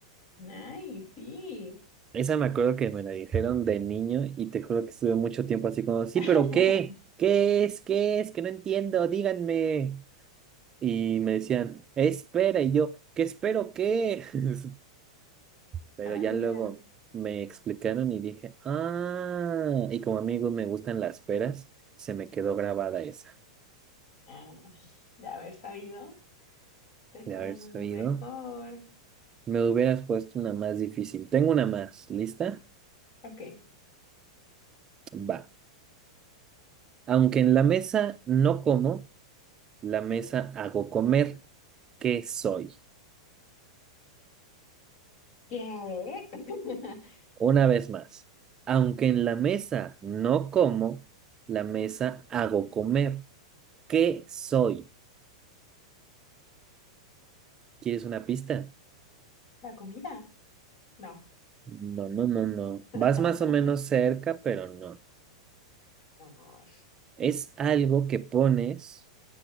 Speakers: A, on the left; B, on the right.
A: Ay, sí.
B: Esa me acuerdo que me la dijeron de niño y te juro que estuve mucho tiempo así como, sí,
A: <laughs>
B: pero ¿qué? ¿Qué es? ¿Qué es? Que no entiendo, díganme. Y me decían, espera, y yo, ¿qué espero qué? <laughs> Pero
A: Ah,
B: ya
A: mira.
B: luego me explicaron y dije, ah, y como amigo me gustan las peras, se me quedó grabada esa
A: Ay, de haber sabido, pensaba
B: de haber
A: en
B: sabido.
A: una mejor.
B: Me hubieras puesto una más difícil. Tengo una más, ¿lista?
A: Ok.
B: Va. Aunque en la mesa no como, la mesa hago comer. ¿Qué soy?
A: ¿Qué? <laughs>
B: Una vez más. Aunque en la mesa no como, la mesa hago comer. ¿Qué soy? ¿Quieres una pista?
A: ¿La comida? No.
B: No, no, no, no.
A: <laughs>
B: Vas más o menos cerca, pero no.
A: No.
B: Es algo que pones